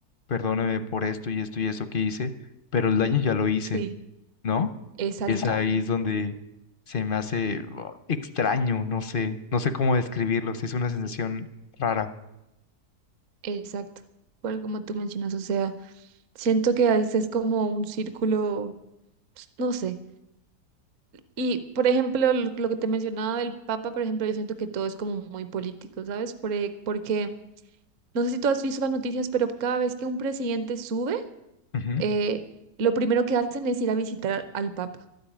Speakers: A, on the left; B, on the right.
A: perdóneme por esto y esto y esto que hice, pero el daño ya lo hice,
B: sí,
A: ¿no?
B: exacto,
A: Es Exacto. ahí es donde se me hace oh, extraño, no sé, no sé cómo describirlo, sí es una sensación rara.
B: exacto. Cual como tú mencionas, o sea. Siento que a veces es como un círculo, pues, no sé. Y, por ejemplo, lo, lo que te mencionaba del Papa, por ejemplo, yo siento que todo es como muy político, ¿sabes? Por e- porque, no sé si tú has visto las noticias, pero cada vez que un presidente sube,
A: Ujú,
B: eh, lo primero que hacen es ir a visitar al Papa.